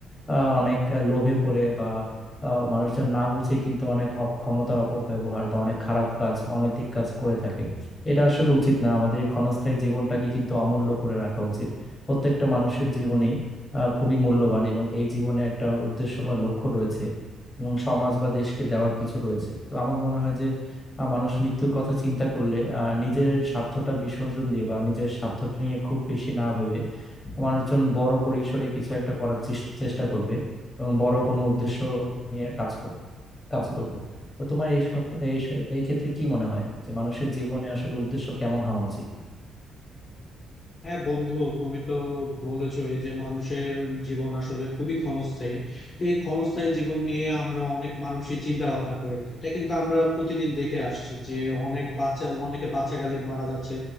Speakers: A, on the left (about 20°); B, on the left (about 40°).
A: আহ, অনেক লোভে পড়ে বা আহ, মানুষজন না বুঝে কিন্তু অনেক অপ ক্ষমতার অপব্যবহার বা অনেক খারাপ কাজ অনৈতিক কাজ করে থাকে এটা আসলে উচিত না আমাদের এই ক্ষণস্থায়ী জীবনটাকে কিন্তু অমূল্য করে রাখা উচিত প্রত্যেকটা মানুষের জীবনেই আহ, খুবই মূল্যবান এবং এই জীবনে একটা উদ্দেশ্য বা লক্ষ্য রয়েছে এবং সমাজ বা দেশকে দেওয়ার কিছু রয়েছে তো আমার মনে হয় যে আহ, মানুষ মৃত্যুর কথা চিন্তা করলে আহ, নিজের স্বার্থটা বিসর্জন দিয়ে বা নিজের স্বার্থটা নিয়ে খুব বেশি না ভেবে মানুষজন বড় পরিসরে কিছু একটা করার চেস- চেষ্টা করবে এবং বড় কোনো উদ্দেশ্য নিয়ে কাজ করবে কাজ করবে তো তোমার এইসব এই এই ক্ষেত্রে কি মনে হয় যে মানুষের জীবনে আসলে উদ্দেশ্য কেমন হওয়া উচিত
B: হ্যাঁ বন্ধু তুমি তো বলেছই যে মানুষের জীবন আসলে খুবই ক্ষণস্থায়ী তো এই ক্ষণস্থায়ী জীবন নিয়ে আমরা অনেক মানুষই চিন্তা ভাবনা করে এটা কিন্তু আমরা প্রতিদিন দেখে আসছি যে অনেক বাচ্চা অনেকে বাচ্চা কালে মারা যাচ্ছে